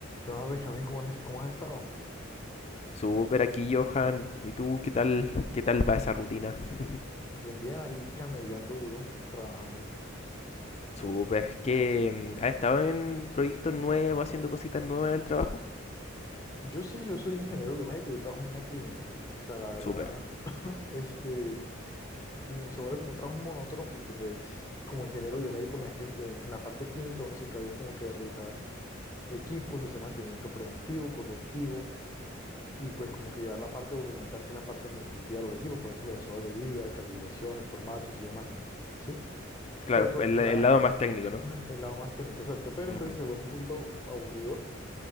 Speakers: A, on the left (about 15°); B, on the left (about 30°).
A: ¿Qué más, Benjamín? ¿Cómo has, cómo has estado?
B: Súper aquí, Johan. ¿Y tú qué tal, qué tal va esa rutina? <laughs>
A: Bien, bien, ahí camellando duro, trabajando.
B: Súper. qué que mm, has estado en proyectos nuevos, haciendo cositas nuevas en el trabajo.
A: Yo sí, yo soy ingeniero biomédico, yo trabajo en una clínica. O sea, la
B: Súper.
A: verdad, <coughs> <laughs> este, uh, se vuelve como un trabajo monótono porque pues como ingeniero biomédico en la, clí- en la parte clínica uno se encarga es como que de revisar equipos, hacer mantenimiento preventivo, correctivo y pues como que llevar la parte documental que es la parte administrativa de los equipos, por ejemplo, las hojas de vida, calibraciones, formatos y demás. ¿Sí?
B: Claro,
A: Pero pro-
B: el,
A: la,
B: el lado más técnico, ¿no?
A: <laughs> el lado más técnico, exacto. Pero
B: Ujú.
A: entonces se vuelve un poquito aburridor